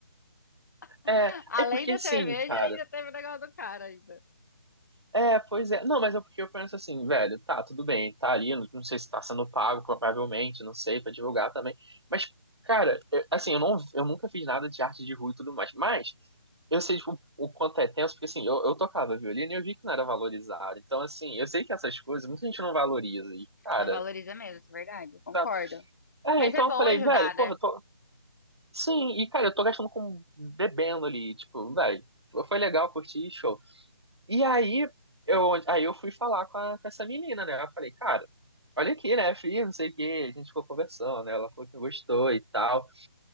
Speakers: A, on the left; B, on the right.
A: <laughs>
B: É,
A: Além
B: é porque
A: da
B: sim,
A: cerveja,
B: cara.
A: ainda teve o negócio do cara ainda.
B: É, pois é. Não, mas é porque eu penso assim, velho, tá, tudo bem, tá ali, não, não sei se tá sendo pago, provavelmente, não sei, pra divulgar também. Mas, cara, eu- assim, eu, não, eu nunca fiz nada de arte de rua e tudo mais, mas Eu sei, tipo, o quanto é tenso, porque assim, eu, eu tocava violino e eu vi que não era valorizado. Então, assim, eu sei que essas coisas muita gente não valoriza. E, cara,
A: Não valoriza mesmo, isso é verdade, concordo.
B: tá. É,
A: Mas
B: então
A: é bom
B: eu falei,
A: ajudar,
B: velho,
A: né?
B: porra, eu tô. Sim, e cara, eu tô gastando com bebendo ali, tipo, velho, foi legal, curti, show. E aí eu, aí eu fui falar com, a- com essa menina, né? Eu falei, cara, olha aqui, né, filho, não sei o quê. A gente ficou conversando, né? Ela falou que gostou e tal.